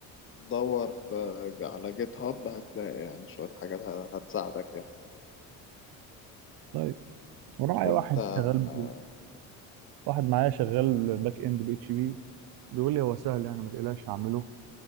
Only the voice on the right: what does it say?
طيب وراعي
واحد شغال
واحد معايا شغال باك اند بي اتش بي بيقول لي هو سهل يعني ما تقلقش اعمله